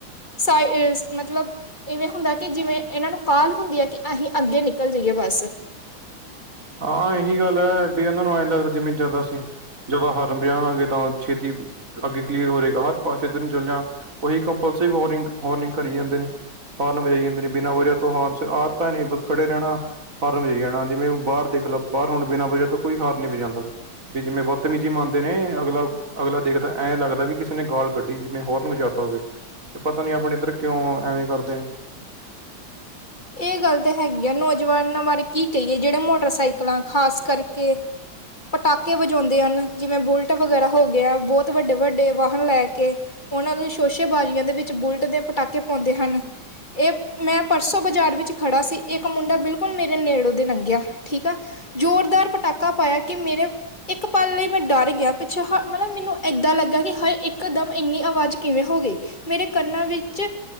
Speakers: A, on the left; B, on the right.
A: ਸਾਏ ਏਸ ਮਤਲਬ ਇਵੇਂ ਹੁੰਦਾ ਕਿ ਜਿਵੇਂ ਇਹਨਾਂ ਨੂੰ ਕਾਲ ਹੁੰਦੀ ਐ ਕਿ ਅਹੀਂ ਅੱਗੇ ਨਿਕਲ ਜਾਈਏ ਬਸ।
B: ਹਾਂ ਇਹੀ ਗੱਲ ਐ ਬੀ ਓਨਾਂ ਨੂੰ ਐਂ ਲੱਗਦਾ ਜਿਵੇਂ ਜ਼ਿਆਦਾ ਸੀ। ਜਦੋਂ ਹੋਰਨ ਬਜਾਵਾਂਗੇ ਤਾਂ ਛੇਤੀ ਅੱਗੇ ਕਲੀਅਰ ਹੋਵੇਗਾ ਹਰ ਪਾਸੇ ਇੱਧਰ ਨੂੰ ਚੱਲ ਜਾ। ਉਹੀ ਕੰਪਲਸਿਵ ਹੋਰਿੰਗ ਹੋਰਨਿੰਗ ਕਰੀ ਜਾਂਦੇ ਨੇ। ਹਾਰਨ ਵਜਾਈ ਜਾਂਦੇ ਨੇ ਬਿਨਾਂ ਵਜੇ ਤੋਂ ਹਾਰਨਸ ਆਦਤਾਂ ਨੇ ਬ ਖੜੇ ਰਹਿਣਾ ਹਾਰਨ ਵਜਾਈ ਜਾਣਾ ਜਿਵੇਂ ਓ ਬਾਰ ਦੇਖਲਾ ਬਾਹਰ ਹੁਣ ਬਿਨਾਂ ਵਜਾ ਤੋਂ ਕੋਈ ਹਾਰਨ ਨੀ ਵਜਾਂਦਾ ਵੀ ਜਿਵੇਂ ਬੱਤਮੀਜੀ ਮੰਨ ਦੇ ਨੇ ਅਗਲਾ ਅਗਲਾ ਦੇਖਦਾ ਐਂ ਲੱਗਦਾ ਵੀ ਕਿਸੇ ਨੇ ਗਾਲ ਕੱਢੀ ਜਿਵੇਂ ਹੋਰਨ ਵਜਾਤਾ ਹੋਵੇ। ਪਤਾ ਨੀ ਆਪਣੇ ਇੱਧਰ ਕਿਉਂ ਐਵੇਂ ਕਰਦੇ ਨੇ।
A: ਇਹ ਗੱਲ ਤਾਂ ਹੈਗੀ ਆ ਨੌਜਵਾਨਾਂ ਬਾਰੇ ਕੀ ਕਹੀਏ ਜਿਹੜੇ ਮੋਟਰਸਾਈਕਲਾਂ ਖ਼ਾਸ ਕਰਕੇ। ਪਟਾਕੇ ਵਜਾਉਂਦੇ ਹਨ ਜਿਵੇਂ ਬੁਲਟ ਵਗੈਰਾ ਹੋ ਗਿਆ ਬਹੁਤ ਵੱਡੇ ਵੱਡੇ ਵਾਹਨ ਲੈ ਕੇ। ਉਹਨਾਂ ਨੂੰ ਸ਼ੋਸ਼ੇਬਾਜ਼ੀਆਂ ਦੇ ਵਿੱਚ ਬੁਲਟ ਦੇ ਪਟਾਕੇ ਪਾਉਂਦੇ ਹਨ ਏ ਮੈਂ ਪਰਸੋਂ ਬਾਜ਼ਾਰ ਵਿੱਚ ਖੜਾ ਸੀ ਇੱਕ ਮੁੰਡਾ ਬਿਲਕੁਲ ਮੇਰੇ ਨੇੜੋ ਦੀ ਨਗਿਆ ਠੀਕ ਆ। ਜ਼ੋਰਦਾਰ ਪਟਾਕਾ ਪਾਇਆ ਕੀ ਮੇਰੇ ਇੱਕ ਪਲ ਲਈ ਮੈਂ ਡਰ ਗਿਆ ਪਿੱਛੇ ਹ ਮਤਲਬ ਮੈਨੂੰ ਇੱਦਾਂ ਲੱਗਾ ਕਿ ਹਾਏ ਇੱਕਦਮ ਇੰਨੀ ਆਵਾਜ਼ ਕਿਵੇਂ ਹੋਗੀ। ਮੇਰੇ ਕੰਨਾਂ ਵਿੱਚ